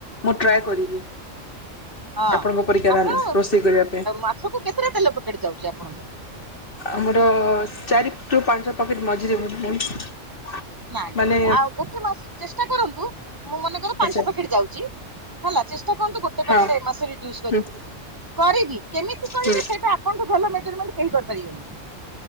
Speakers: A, on the left (about 45°); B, on the right (about 15°).
A: ମୁଁ ଟ୍ରାଏ କରିବି।
B: ହଁ
A: ଆପଣଙ୍କ ପରିକା
B: ଆପଣ
A: ରୋଷେଇ କରିବା ପାଇଁ
B: ମାସକୁ କେତେଟା ତେଲ ପକେଟ୍ଟ୍ ଯାଉଚି ଆପଣଙ୍କର?
A: ଆମର ଚାରି ରୁ ପାଞ୍ଚ ପକେଟ୍ ମଝିରେ <unintelligible>
B: ନାଇଁ।
A: ମାନେ
B: ଆଉ ଗୋଟେ ମାସ ଚେଷ୍ଟା କରନ୍ତୁ ମୁଁ ମନେକର ପାଞ୍ଚ
A: ଆଚ୍ଛା
B: ପ୍ୟାକେଟ ଯାଉଚି ହେଲା। ଚେଷ୍ଟା କରନ୍ତୁ ଗୋଟେ
A: ହଁ
B: ପ୍ୟାକେଟ୍ ଏ ମାସରେ ରିଡ୍ୟୁସ୍ କରିବି।
A: ହୁଁ
B: କରିବି କେମିତି କରିବି
A: ହୁଁ
B: ସେଇଟା ଆପଣଙ୍କଠୁ ଭଲ ମେଜରମେଣ୍ଟ କେହି କରିପାରିବେନି।